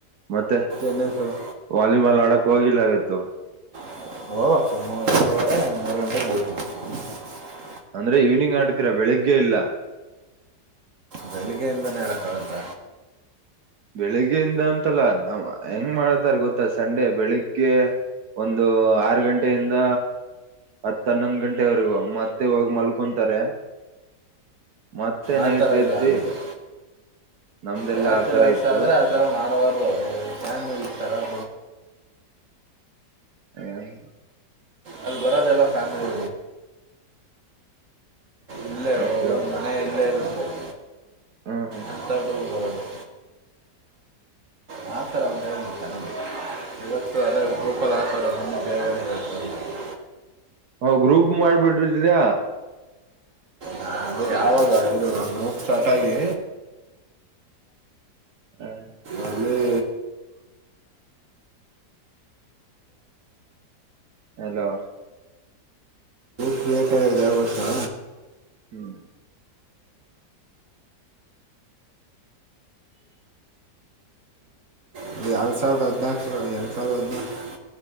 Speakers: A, on the right; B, on the right.
A: ಮತ್ತೆ
B: ಇನ್ನೇನು ಸರ್
A: ವಾಲಿಬಾಲ್ ಆಡಕ್ ಹೋಗಿಲ್ಲ ಇಯತ್ತು
B: <unintelligible>
A: ಅಂದ್ರೆ ಈವ್ನಿಂಗ್ ಆಡ್ತೀರಾ ಬೆಳಿಗ್ಗೆ ಇಲ್ಲ
B: ಬೆಳಗ್ಗೆಯಿಂದನೇ ಹೇಳಕ್ಕಾಗುತ್ತ
A: ಬೆಳಿಗ್ಗೆಯಿಂದ ಅಂತಲ್ಲ ನಾ ಹೆಂಗ್ ಮಾಡತಾರ ಗೊತ್ತಾ ಸಂಡೆ ಬೆಳಿಗ್ಗೆ ಒಂದು ಆರ್ ಗಂಟೆಯಿಂದ ಹತ್ತನ್ನೊಂದು ಗಂಟೆವರೆಗೂ ಮತ್ತೆ ಹೋಗಿ ಮಲ್ಕೊಂತಾರೆ ಮತ್ತೆ
B: ಆ
A: ನೈಟ್
B: ಥರ
A: ಎದ್ದಿ
B: ಇಲ್ಲ ನಮಗೆ
A: ನಮ್ದೆಲ್ಲಾ
B: ಬ್ಯಾಚುಲರ್ಸ್
A: ಆತರ ಇತ್ತು
B: ಆದ್ರೆ ಆತರ ಮಾಡಬಾರದು ್ಯಾನ್ಲ್ಲಿ ತರವ
A: ಹ್ಮ್
B: ಅಲ್ಲಿ ಬರೋದೆಲ್ಲ ಫ್ಯಾಮಿಲಿ ಇಲ್ಲೇ
A: ಓಕೆ
B: ಹ
A: ಓಕೆ
B: ಮನ ಇಲ್ಲೇ ಐತಿ <unintelligible>
A: ಹ್ಮ್ ಹ್ಮ್
B: ಎಂತ ಎಲ್ಲಿ ಬರದು ಮಾಡತರ ಅಂದರೆ ಚೆನ್ನಾಗಿ ಇವತ್ತು ಅಲ್ಲ ಗ್ರೂಪಲ್ಲಿ ಹಾಕವ್ರೆ ದೇವಣಗಳು ತರಿ <unintelligible>
A: ಹ ಗ್ರೂಪ್ ಮಾಡ್ಬಿಡ್ರಿದ್ರ
B: ಹ ಅದು ಯಾವಾಗ ಇದು ನ ನೋಕ್ ಸ್ಟಾರ್ಟ್ ಆಗಿ
A: ಹ್ಮ
B: ಅಲ್ಲೇ
A: ಹಲೋ
B: ಕಿಯೇಟರ್ ಇದೆ ಗೊತ್ತಾ
A: <unintelligible>
B: ಅದು ಎರಡು ಸಾವಿರದ ಹದಿನಾಲ್ಕರ ಎರಡು ಸಾವಿರ ಹದಿನಾಲ್ಕು